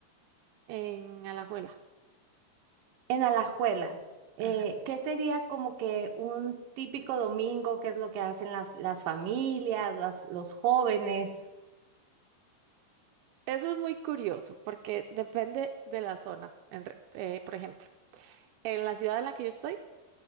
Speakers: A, on the right (about 80°); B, on the right (about 60°).
A: En Alajuela.
B: En Alajuela, eh,
A: Ajá.
B: ¿qué sería como que un típico domingo? ¿Qué es lo que hacen las, las familias, las- los jóvenes?
A: Eso es muy curioso porque depende de la zona. en re- eh, por ejemplo, en la ciudad en la que yo estoy,